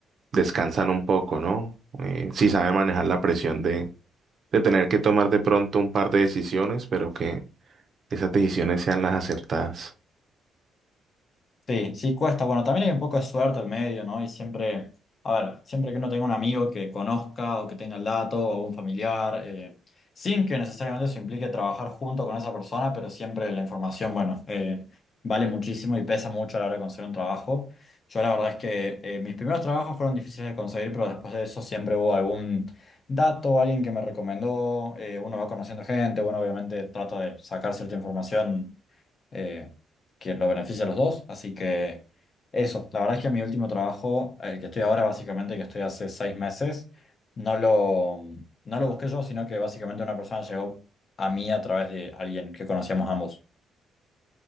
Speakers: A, on the right; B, on the left.
A: descansan un poco, ¿no? Eh, sí sabe manejar la presión de, de tener que tomar de pronto un par de decisiones, pero que esas decisiones sean las acertadas.
B: Sí, sí cuesta. Bueno, también hay un poco de suerte al medio, ¿no? Y siempre, a ver, siempre que uno tenga un amigo que conozca o que tenga el dato o un familiar, eh, sin que necesariamente eso implique trabajar junto con esa persona, pero siempre la información, bueno, eh, vale muchísimo y pesa mucho a la hora de conseguir un trabajo. Yo la verdad es que eh, mis primeros trabajos fueron difíciles de conseguir, pero después de eso siempre hubo algún dato, alguien que me recomendó, eh, uno va conociendo gente, bueno, obviamente trata de sacar cierta información eh, que lo beneficia a los dos. Así que eso, la verdad es que mi último trabajo, el que estoy ahora básicamente, que estoy hace seis meses, no lo, no lo busqué yo, sino que básicamente una persona llegó a mí a través de alguien que conocíamos ambos.